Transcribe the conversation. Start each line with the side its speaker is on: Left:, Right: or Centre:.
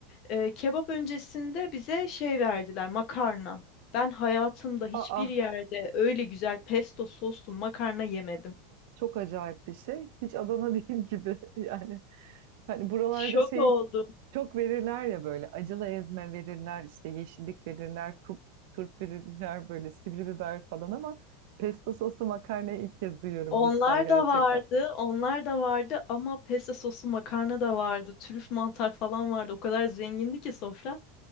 Left: E, kebap öncesinde bize şey verdiler makarna. Ben hayatımda hiçbir
Right: Aa,
Left: yerde öyle güzel pesto soslu makarna yemedim.
Right: çok acayip bir şey. Hiç Adana <laughs> değil gibi. Yani hani buralarda
Left: Şok
Right: şey
Left: oldum.
Right: çok verirler ya böyle acılı ezme verirler, işte yeşillik verirler, turp, turp verirler böyle sivri biber falan ama pesto soslu makarnayı ilk kez duyuyorum
Left: Onlar
Right: Yusra gerçekten.
Left: da vardı, onlar da vardı ama pesto sosu makarna da vardı, trüf mantar falan vardı. O kadar zengindi ki sofra.